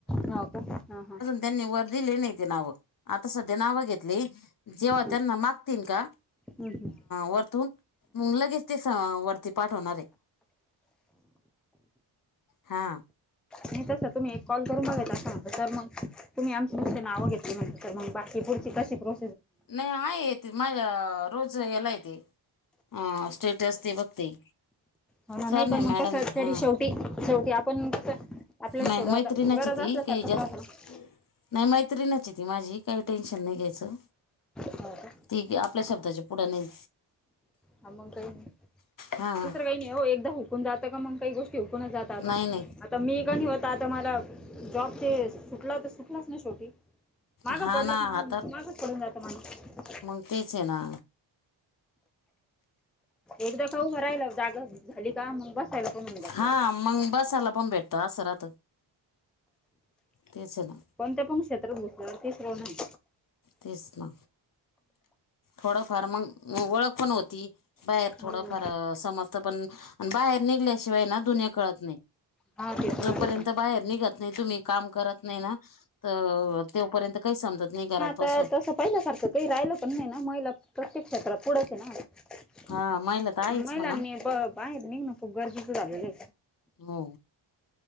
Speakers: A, in the centre; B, on the left.
A: हाव का? हा हां.
B: त्यांनी वर दीली नाही ती नावं. आता सध्या घेतली. जेव्हा
A: हम्म,
B: त्यांना मागतील का?
A: हम्म.
B: वर्तून. मग लगेच ते वरती पाठवणारे. हा.
A: नाही तसं तुम्ही एक कॉल करून बघाचा आसता तर मग. तुम्ही आमची नुस्तें नावं घेतली म्हणाता सर. मग बाकी पुढची कशी प्रो
B: नाही आहे. येते माझ्या रोज यायलाय ते. अ स्टेटस ते बघते.
A: हो ना.
B: सर
A: नाही पण मग
B: मॅडम
A: कसं,
B: आहे हां
A: तरी शेवटी, शेवटी आपण कस आपल्याला
B: नाही
A: थोडं
B: मैत्रिणीची
A: आता गरज
B: ती
A: असल्यासारखं
B: काही जास्त
A: राहतं ना.
B: नाही मैत्रीनचे ती माझी. काही टेन्शन नाही घ्यायचं.
A: हाव का?
B: ती काय आपल्या शब्दाच्या पुढ नाही.
A: हा मग काही नाही.
B: हां
A: दुसरं काही नाही ओ. एकदा हुकून जातं का मग काही गोष्टी हुकूनच जात.
B: नाही नाही
A: आता मी कणी होता आता मला जॉब ते सुटला तर सुटलाच ना शेवटी. मागं
B: हा
A: पडला
B: ना
A: माण
B: हा
A: माग पडून जात माणूस.
B: क तेच ना.
A: एकदा का उभं राहिलं जागा झाली का मग बसायला पण होऊन जाते
B: हा
A: हो.
B: मग बसाला पण भेट. असे राहतं. तेच आहे ना
A: कोणत्या पण क्षेत्रात घसलेवर तिसर नाही.
B: तेच ना. थोडफार मग ओळख पण होती बाहेर थोडफार
A: हो
B: समज. बाहेर निघल्याशिवाय दुनिया कळत नाही
A: हा तिसरं
B: जोपर्य
A: आहे.
B: बाहेर. निघत नाही तुम्ही काम करत नाही ना तर तेपर्यंत काही समजत नाही. बसून
A: तर तसं पहिल्यासारखं का राहिलं पण नाही ना महिला प्रत्येक क्षेत्रात पुढंच आहे ना.
B: हा महिला तर आहेच
A: महिलांनी
B: म्हणा
A: बाहेर आहेत निघ ना खूप गरजेचं झालेलं.
B: हो.